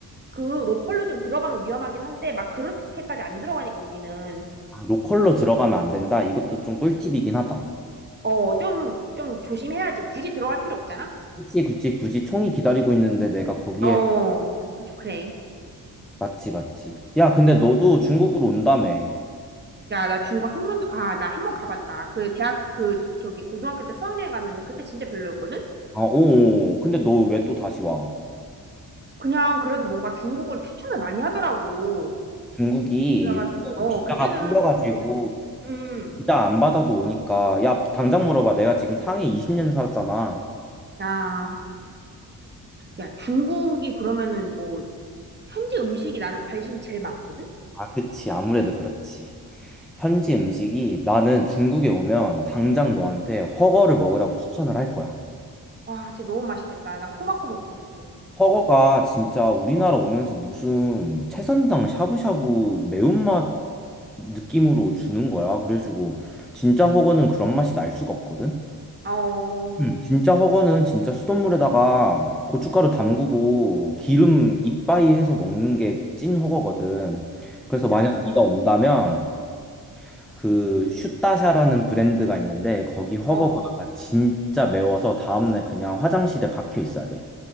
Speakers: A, on the right; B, in the centre.
A: 그 로컬로 좀 들어가면 위험하긴 한데 막 그렇게까지 안 들어가니까 우리는.
B: 아, 로컬로 들어가면 안 된다. 이것도 좀 꿀팁이긴 하다.
A: 어, 좀, 좀 조심해야지. 굳이 들어갈 필요 없잖아?
B: 굳이 굳이 굳이 총이 기다리고 있는데 내가 거기에
A: 어, 그, 그래.
B: 맞지 맞지. 야, 근데 너도 중국으로 온다며.
A: 야, 나 중국 한 번, 아, 나 한 번 가봤다. 그 대학, 그, 저기, 고등학교 때 수학여행 갔는데 그때 진짜 별로였거든?
B: 아, 오. 근데 너 왜 또 다시 와?
A: 그냥 그래도 뭔가 중국을 추천을 많이 하더라고.
B: 중국이
A: 그래가지고,
B: 요즘 비자가
A: 어, 그때는
B: 풀려가지고
A: 좀, 음,
B: 비자 안 받아도 오니까 야, 당장 물어봐. 내가 지금 상해 20년 살았잖아.
A: 야 야, 중국이 그러면은 뭐, 현지 음식이 나는 관심이 제일 많거든?
B: 아, 그치. 아무래도 그렇지. 현지 음식이 나는 중국에 오면 당장 너한테 허거를 먹으라고 추천을 할 거야.
A: 와, 진짜 너무 맛있겠다. 나 코바코 먹고 싶어.
B: 허거가 진짜 우리나라 오면서 무슨 채선당 샤브샤브 매운맛 느낌으로 주는 거야. 그래가지고 진짜 허거는 그런 맛이 날 수가 없거든.
A: 아, 어,
B: 음, 진짜 허거는 진짜 수돗물에다가 고춧가루 담그고 기름 이빠이 해서 먹는 게 찐 허거거든. 그래서 만약
A: 야,
B: 네가 온다면 그 슈타샤라는 브랜드가 있는데 거기 허거가
A: 어,
B: 진짜 매워서 다음날 그냥 화장실에 박혀 있어야 돼.